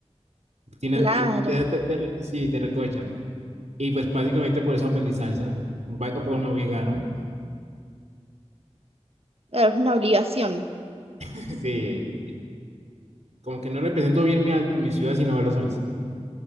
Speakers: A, on the right; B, on the right.
A: Tiene,
B: claro.
A: te, te, te, sí, te recochan. Y pues básicamente por eso aprendí salsa. Ba o por me obligaron.
B: Claro, es una obligación.
A: <laughs> sí. Como que no represento bien mi, a mi ciudad si no bailo salsa.